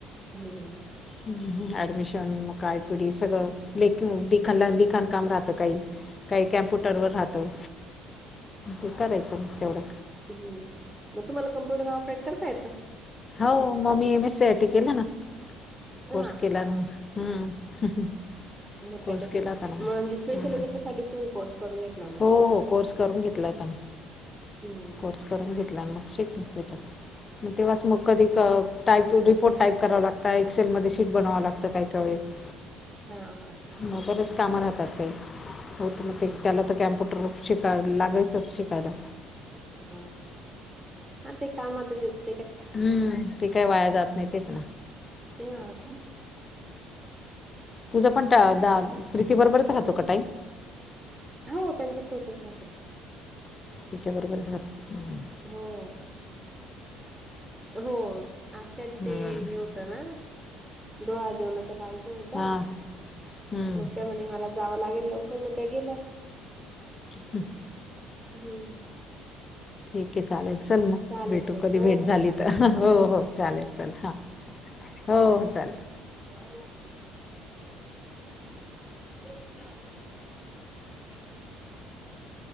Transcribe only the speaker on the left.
हं हं. ॲडमिशन म काय? पुढी सगळं लेख लिखण लिखाण काम राहतं काही. काही कॅम्प्युटर वर राहतं. ते करायचं म तेवढं.
हो. म मी M S C I T केलं ना. कोर्स
केला
ना मी. हं.
कोर्स
केला होता ना मी.
हं.
हो हो कोर्स करून घेतलाय ता मी.
कोर्स करून घेतला अन मग शिकली त्याच्यात. म तेव्हाच मग कधी क टाईपो रिपोर्ट टाईप करावा लागता. एक्सेलमध्ये शीट बनवावं लागतं काही काही वेळेस.
म बरेच कामं राहतात काही, होत
मग ते त्याला तर कॅम्प्युटर शिकाय लागायच शिकायला.
हं ते काही वाया जात नाही. तेच ना.
तुझा पण ट द प्रीती बरोबरच राहतो का टाईम?
तिच्याबरोबरच राहतो, हं.
हम्म
हा हम्म
<unintelligible>
ठीके, चालेल चल मग.
भेटू
कधी
भेट
झाली
तर. हो हो. चालेल चल, हां. हो हो चालल.